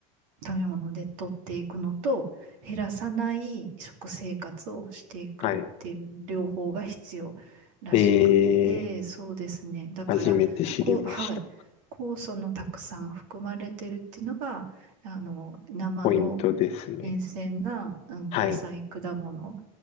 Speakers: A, on the right (about 65°); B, on the left (about 35°).
A: 食べ物で取っていくのと、減らさない食生活をしていくっていう両方が必要らしくて、
B: はい。えー、
A: そうですね。だから、
B: 初めて知りました。
A: こう、はい、酵素のたくさん含まれてるっていうのが、あの、生の
B: ポイントですね。
A: 新鮮な、うん、
B: はい。
A: 野菜、果物、